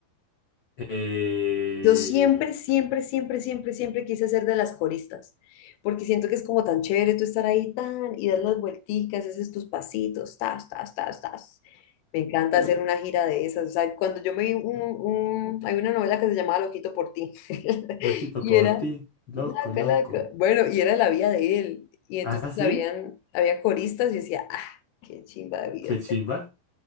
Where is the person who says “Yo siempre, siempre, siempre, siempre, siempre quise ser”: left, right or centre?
Left